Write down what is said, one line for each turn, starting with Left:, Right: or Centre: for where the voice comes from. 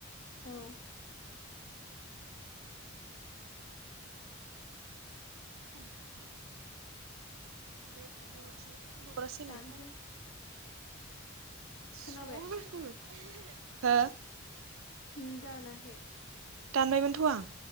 Left: औ दे।
Right: <inaudible> बे बेहरसि लबर‌आ सोरनि?
Left: दानदो
Right: इसर
Left: खोनाबाय
Right: हो।
Left: होम दानाखै।
Right: दानबाय मोनथ' आं।